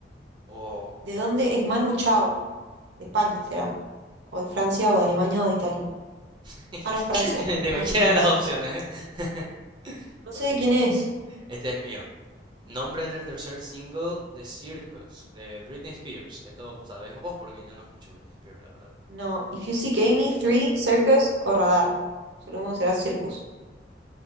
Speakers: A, on the right; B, on the right.
A: Oh, ok.
B: ¿De dónde es Manu Chao? De España será, o de Francia, o de Alemania, o de Italia.
A: <laughs>
B: Ah, no, Francia,
A: De
B: no
A: cualquiera
B: sé quién
A: de
B: es.
A: las opciones, ¿eh? <laughs>
B: No
A: Ok,
B: sé de quién es.
A: este es mío. Nombre del tercer single de Circus, de Britney Spears. Esto sabes vos porque yo no escucho Britney Spears, la verdad.
B: No, If You Seek Amy, Three, Circus o Radar. Supongo que será Circus.